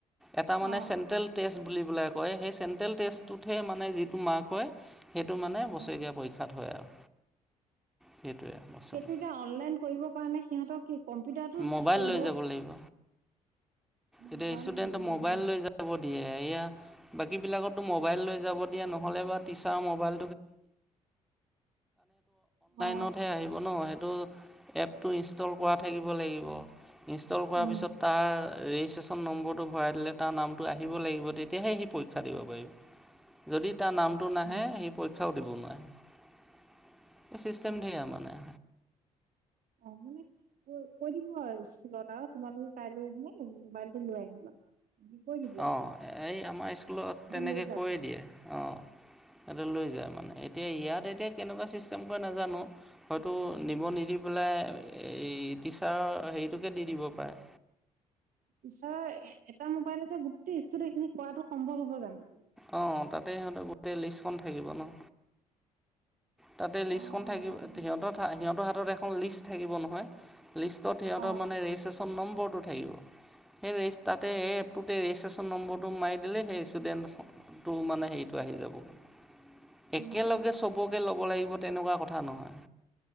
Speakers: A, in the centre; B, on the right.
A: এটা মানে
B: অ
A: চেণ্ট্ৰেল টেষ্ট বুলি পেললে কয় সেই চেণ্ট্ৰেল টেষ্টটোতহে মানে যিটো মাৰ্ক হয় সেইটো মানে বছৰেৰীয়া
B: অ অ
A: পৰীক্ষা। স্ষাত হয় আৰু। সেইটোৱে বস্তুটো
B: সেইটো এতিয়া অনলাইন কৰিবৰ কাৰণে সিহঁতক কি কম্পিউটাৰটোত
A: মোবাইল
B: কৰিব
A: লৈ যাব লাগিব। এতিয়া
B: মোবাইল
A: ষ্টুডেন্ট
B: লৈ যাব লাগিব
A: মোবাইল লৈ যা। দিয়ে এয়া বাকী বিলাকতো মোবাইল লৈ যাব দিয়া নহ'লে বা ম ম হয়।
B: অ
A: ন সেইটো এপটো ইনষ্টল কৰা থাকিব লাগিব। ইনষ্টল কৰাৰ
B: উম
A: পিছত তাৰ ৰেজিষ্ট্ৰেশ্যন নম্বৰটো ভৰাই দিলে তাৰ নামটো আহিব লাগিব তেতিয়াহে সি পৰীক্ষা দিব পাৰিব। যদি তাৰ নাম টো নাহে
B: অ
A: সি পৰীক্ষাও দিব নোৱাৰে এই চিষ্টেম
B: অ
A: ঢে আৰু মানে।
B: অ' মানে কৈ দিব আৰু স্কুলত আৰু তোমালোকে কাইলৈে মোবাইলটো লৈ আহিবা। কৰি।
A: অ' এই আমাৰ স্কুলত তেনেকৈ
B: লৈ যাব
A: কৈয় দিয়ে অ'। সহতে লৈ যায় মানে এতিয়া ইয়াত এতিয়া কেনেকুৱা ছিষ্টেম কৈ নাজানো। হয়তো নিব নিদি পেলাই এই টিচাৰৰ হেৰিটোকে দি দিব পাৰে।
B: তিছাৰ এটা মোবাইলতে গোটেই ষ্টুডেট খিনি কৰাটো সম্ভৱ হ'ব জানো?
A: অ' তাতে সিহঁতৰ গোটেই লিষ্টখন থাকিব ন। তাতে লিষ্টখন
B: অ',
A: থাকিব সিহঁতৰ, সিহঁতৰ হাতত এখন লিষ্ট থাকিব নহয়। লিষ্টত সিহঁতৰ
B: অ',
A: মানে ৰেজিষ্ট্ৰেশ্যন নম্বৰটো থাকিব সেই ৰেজ তাতে এই এপটোত গোটেই ৰেজিষ্ট্ৰেশ্যন নম্বৰটো মাৰি দিলে সেই ষ্টুডেণ্টটো মানে হেৰিটো আহি যাবগৈ। একেলগে
B: আচ্ছা
A: সবকে ল'ব লাগিব তেনেকুৱা কথা নহয়।